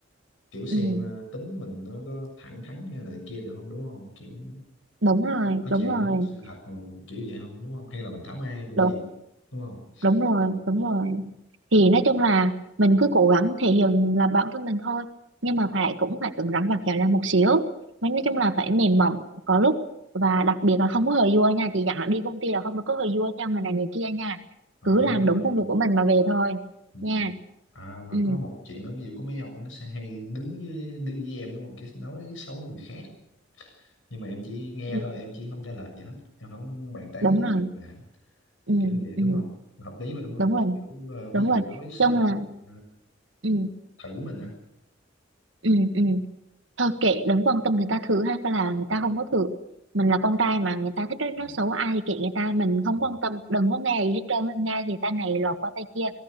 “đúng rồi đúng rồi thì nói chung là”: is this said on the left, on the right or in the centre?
Right